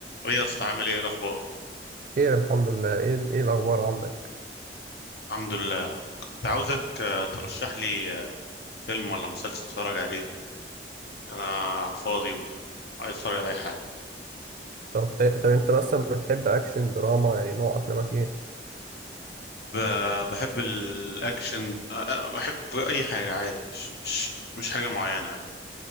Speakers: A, on the left (about 65°); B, on the right (about 45°).
A: ايه يا اسطى عامل ايه إيه الاخبار
B: خير الحمد لله ايه ايه الاخبار عندك
A: الحمد لله كنت عاوزك آه، ترشح لي آه، فيلم ولا مسلسل اتفرج عليه انا فاضي وعايز اتفرج على اي حاجه
B: طب حي... طب انت مثلا بتحب اكشن دراما يعني نوع افلامك ايه
A: ب- بحب الاكشن آه، آه، بحب اي حاجه عادي مش مش مش حاجه معينه يعني.